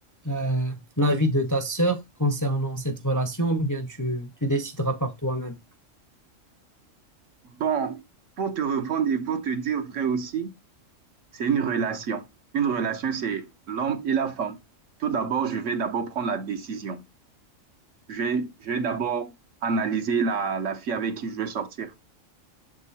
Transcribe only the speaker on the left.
euh, l'avis de ta sœur concernant cette relation ou bien tu, tu décideras par toi-même?